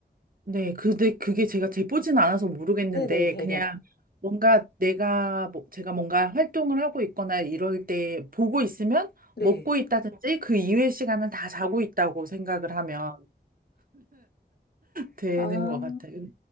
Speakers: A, on the right; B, on the left.
A: 네, 근데 그게 제가 재보진 않아서 모르겠는데,
B: 네네, 대략.
A: 그냥 뭔가 내가, 뭐, 제가 뭔가 활동을 하고 있거나 이럴 때 보고 있으면
B: 네.
A: 먹고 있다든지 그 이외의 시간은 다 자고 있다고 생각을 하면 되는
B: 아,
A: 것 같아요.